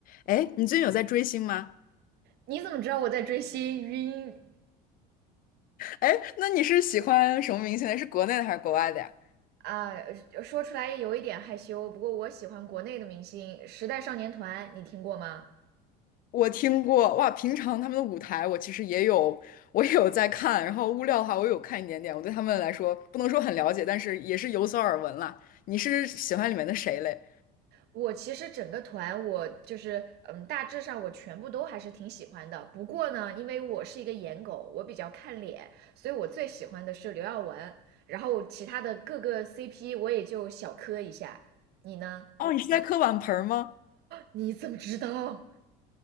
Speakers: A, on the left (about 50°); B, on the right (about 60°).
A: 哎，你最近有在追星吗？
B: 你怎么知道我在追星？晕
A: 哎，那你是喜欢什么明星的？是国内的还是国外的呀？
B: 啊！说出来有一点害羞，不过我喜欢国内的明星，时代少年团，你听过吗？
A: 我听过，哇，平常他们的舞台我其实也有，我也有在看，然后物料的话我有看一点点，我对他们来说不能说很了解，但是也是有所耳闻啦。你是喜欢里面的谁嘞？
B: 我其实整个团，我就是嗯，大致上我全部都还是挺喜欢的。不过呢，因为我是一个颜狗，我比较看脸，所以我最喜欢的是刘耀文，然后其他的各个 CP 我也就小磕一下。你呢？
A: 哦，你是在磕碗盆儿吗？
B: 你怎么知道？